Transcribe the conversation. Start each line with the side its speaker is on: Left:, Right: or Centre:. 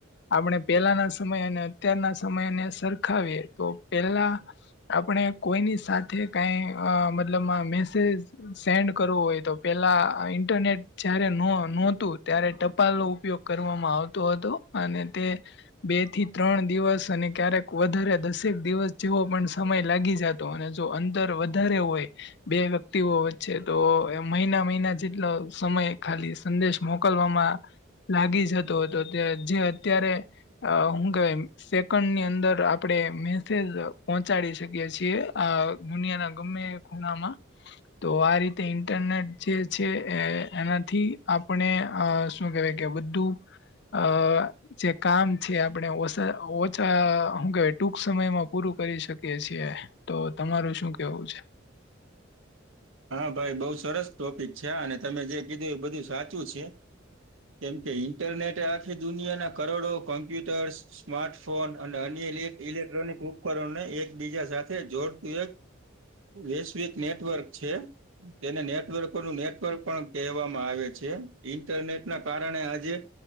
Left: આપણે પેલાના સમય અને અત્યારના સમયને સરખાવીએ તો પેલા આપણે કોઈની સાથે કઈ મતલબ મેસેજ સેન્ડ કરવું હોય તો પેલા ઇન્ટરનેટ જયારે નહોતું ત્યારે ટપાલ નો ઉપયોગ કરવામાં આવતો હતો અને તે બે થી ત્રણ દિવસ અને ક્યારેક વધારે દસેક દિવસ જેવો પણ સમય લાગી જતો અને જો અંતર વધારે હોય બે વ્યક્તિઓ વચ્ચે તો મહિના મહિના જેટલો સમય ખાલી સંદેશ મોક. મોકલવામાં લાગી જતો હતો જે અત્યારે હું કે <unintelligible> ની અંદર આપણે મેસેજ પહોંચાડી શકીએ છીએ આ દુનિયા ના ગમે ખુણામાં. તો આ રીતે ઇન્ટરનેટ જે છે એનાથી આપણે અ શું કેવા કે બધું અ જે કામ છે આપણે ઓ અચ્છા હું કેય ટૂંક સમયમાં પૂરું કરી શકીએ છીએ તો તમારું શું કેવું છે.
Right: હા ભાઈ બઉુ સરસ ટોપિક છે અને તમે જે કીધું એ બધું સાચું છે. કેમ કે ઇન્ટરનેટે આખી દુનિયાના કરોડો કોમ્પ્યુટર્સ સ્માર્ટફોન અને અન્ય ઇલેક્ટ્રોનિક ઉપકરણને એકબીજા સાથે જોડતું એક વૈશ્વિક નેટવર્ક છે. તેને નેટવર્ક નું નેટવર્ક પણ કહેવામાં આવે છે ઈન્ટરનેટ ના કારણે આજે